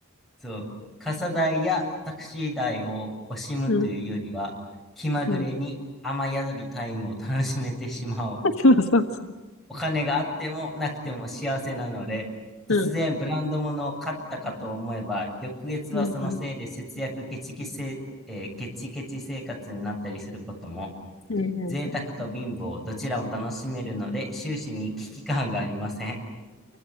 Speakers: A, in the centre; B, on the left.
A: そう。傘代やタクシー代を惜しむというよりは気まぐれに雨宿りタイムを楽しめてしまおう。
B: うん、うん。<laughs> そうそうそ
A: お金があってもなくても幸せなので、突然ブランド物を買ったかと思えば、
B: う。うん、
A: 翌月はそのせいで節約ケチケチせ、
B: うん、う
A: えーケチケチ生活になったりすることも、
B: ん。はいはいはい。
A: 贅沢と貧乏、どちらも楽しめるので、終始に危機感がありません。